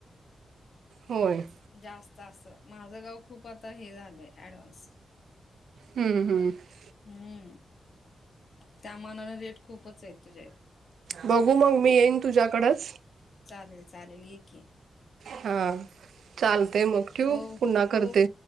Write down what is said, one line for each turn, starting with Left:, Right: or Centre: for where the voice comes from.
Right: होय <unintelligible>
Left: जास्त असं माझं गाव खूप आता हे झालंय ऍडव्हान्स <unintelligible>
Right: हम्म हम्म <unintelligible>
Left: हम्म त्या मानान रेट खूपच आहे तुझ्यात <unintelligible>
Right: बघू मग मी येईन तुझ्याकडेच <unintelligible>
Left: चालेल चालेल एके <unintelligible>
Right: हा <unintelligible> चालते मग ठेव
Left: हो हो
Right: पुन्हा करते
Left: हो